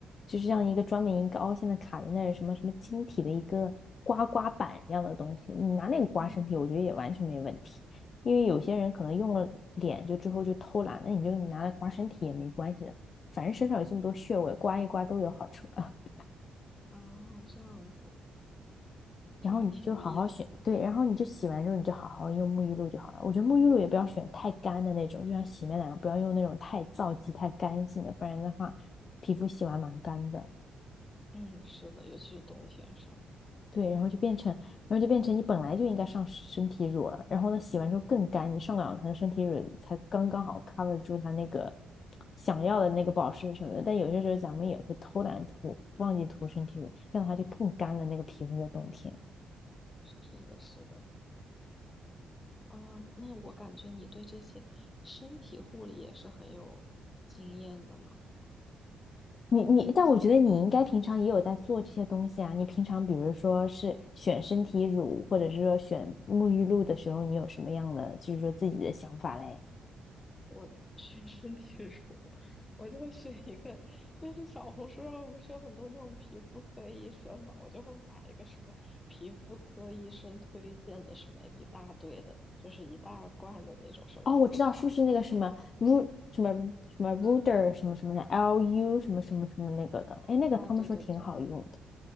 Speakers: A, on the left (about 50°); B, on the left (about 25°).
A: 就是像一个专门一个凹陷的卡在那儿什么什么晶体的一个刮刮板一样的东西，你拿那个刮身体，
B: 嗯，
A: 我觉得也完全没问题。因为有些人可能用了脸就之后就偷懒，了，你就拿来刮身体也没关系的，反正身上有这么多穴位，刮一刮都有好处啊。<laughs>
B: 啊，这样子，这还挺有意思的。
A: 然后你就好好选，对，然后你就洗完之后你就好好用沐浴露就好了。我觉得沐浴露也不要选太干的那种，就像洗面奶不要用那种太皂基、太干性的，不然的话皮肤洗完蛮干的。
B: 嗯，是的，尤其是冬天的时候。
A: 对，然后就变成，然后就变成你本来就应该上身体乳了，然后呢，洗完之后更干，你上两层身体乳才刚刚好 cover 住它那个想要的那个保湿什么的。但有些时候咱们也会偷懒涂，忘记涂身体乳，这样的话就更干了那个皮肤的冬天。
B: 是的，是的。哦，那我感觉你对这些身体护理也是很有经验的嘛。
A: 你你，但我觉得你应该平常也有在做这些东西啊。你平常比如说是选身体乳，或者是说选沐浴露的时候，你有什么样的就是说自己的想法嘞？
B: 我学 <laughs> 身体乳，我就会选一个，就是小红书上不是有很多那种皮肤科医生嘛，我就会买一个什么皮肤科医生推荐的什么一大堆的，就是一大罐的那种什么斯塔芙之类的。
A: 哦，我知道，是不是那个什么 Ru 什么什么 Ruder 什么什么的 LU 什么什么什么那个的？哎，那个他们说挺好用的。
B: 哦，对对对